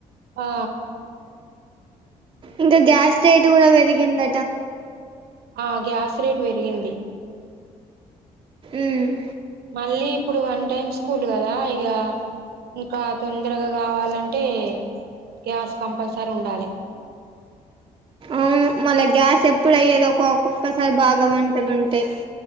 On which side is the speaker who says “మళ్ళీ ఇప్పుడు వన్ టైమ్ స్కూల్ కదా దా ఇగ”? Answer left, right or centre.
Right